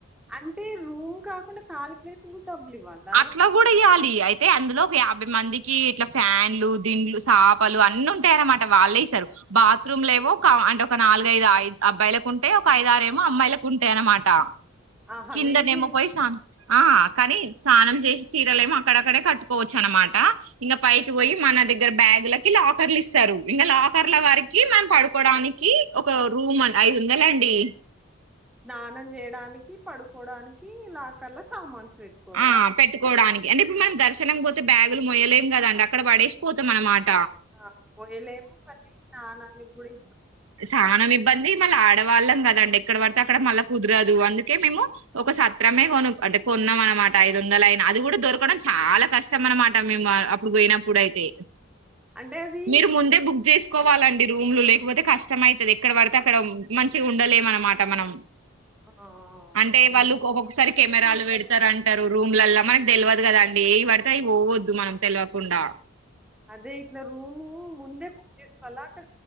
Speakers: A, in the centre; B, on the right (about 90°).
A: అంటే రూమ్ కాకుండా కాలి ప్లేస్ కూడా బ్లివాల
B: అట్లా కూడా ఇయ్యాలి అయితే అందులో ఒక యాభై మందికి ఇట్లా ఫ్యాన్లు దిండ్లు చాపలు అన్ని ఉంటాయనమాట వాళ్ళ ఇస్తారు బాత్రూమ్ ఏమో అంటే ఒక నాలుగైదు ఐదు అబ్బాయిలకు ఉంటే ఒక ఐదారు ఏమో అమ్మాయిలకు ఉంటాయనమాట
A: ఆహా!
B: చిందన్
A: విడివిడిగుంటాయా?
B: ఏమపోసాన్ కానీ స్నానం చేసి చీరలు ఏమో అక్కడక్కడే కట్టుకోవచ్చు అనమాట ఇంకా పైకి పోయి మన దగ్గర బ్యాగులకి లాకర్లు ఇస్తారు ఇంకా లాకర్ల వారికి మనం పడుకోడానికి ఒక రూమ్ ఐదు వందల అండి
A: స్నానం చేయడానికి పడుకోవడానికి ఇలా కల్లా సామాన్స్ పెట్టుకోవాలా?
B: ఆ పెట్టుకోవడానికి అంటే ఇప్పుడు మన దర్శనం పోతే బ్యాగులు మొయ్యలేమ్ కదండి అక్కడ పడేసి పోతంనమాట
A: ఆ మోయలేము మళ్ళీ స్నానా గుడి
B: సహనం ఇబ్బంది మళ్ళీ ఆడవాళ్ళం కదండి ఇక్కడ పడితే అక్కడ మళ్ళా కుదరదు అందుకే మేము ఒక సత్రమే కొను అంటే కొన్నాం అనమాట ఐదు వందల అయిన అది కూడా దొరకడం చాలా కష్టం అనమాట మేము అప్పుడు పోయినప్పుడు అయితే
A: అంటే అది
B: మీరు ముందే బుక్ చేసుకోవాలండి రూమ్ లో లేకపోతే కస్ట్ కష్టం అయితది ఎక్కడ పడితే అక్కడ మంచిగా ఉండలేము అనమాట మనం
A: ఆ!
B: అంటే
A: అవును
B: వాళ్ళు
A: నిజం.
B: ఒక్కొక్కసారి
A: సేఫ్టీ
B: కెమెరాలు
A: ఉంటది.
B: పెడతార అంటారు రూమ్లలో మనకు తెల్వదు కదా అండి ఏవి పడితే అవి పోవద్దు మనం తెల్వకుండా
A: అదే ఇట్లా రూము ముందే బుక్ చేసుకోల్లా